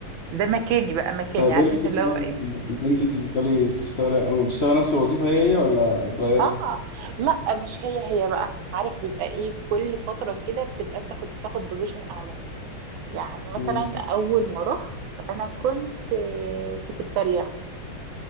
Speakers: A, on the right (about 75°); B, on the left (about 45°).
A: ده مكاني بقى مكاني
B: طيب
A: عارف
B: ايه الفكره
A: انت اللي هو
B: ان
A: ايه
B: إن انت تفضلي تشتغلي او تشتغلي نفس الوظيفه هي هي ولا اتغيرت
A: اه لا مش هي هي بقى عارف بيبقى ايه كل فترة كده بتبقى انت كنت بتاخد بوزيشن اعلى يعني مثلا
B: مم.
A: أول ما رحت أنا كنت آه، سكرتارية